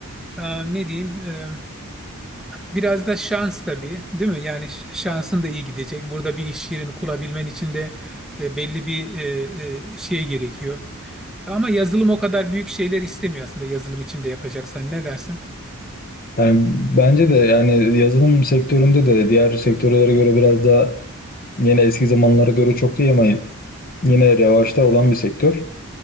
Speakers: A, in the centre; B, on the left.
A: e, ne diyeyim? e, biraz da şans tabii, değil mi? Yani ş- şansın da iyi gidecek. Burada bir iş yerini kurabilmen için de e, belli bir e, e, şey gerekiyor. Ama yazılım o kadar büyük şeyler istemiyor aslında yazılım içinde yapacaksan ne dersin?
B: Yani bence de yani yazılım sektöründe de diğer sektörlere göre biraz da yine eski zamanlara göre çok değil ama yine revaçta olan bir sektör.